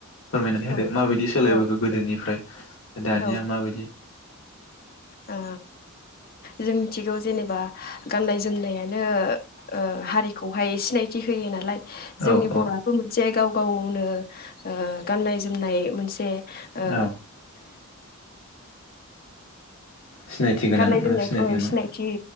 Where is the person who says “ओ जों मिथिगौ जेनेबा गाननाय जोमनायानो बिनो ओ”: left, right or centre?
Left